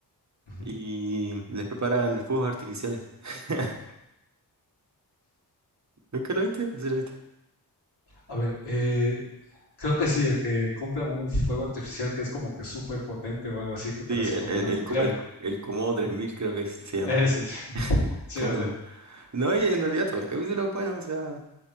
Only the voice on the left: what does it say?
Ujú.
A ver, eh, creo que sí, el que compra un fuego artificial que es como que súper potente o algo así, que parece
como
una
nuclear.
Ese, sí, <laughs> sí
me acuerdo.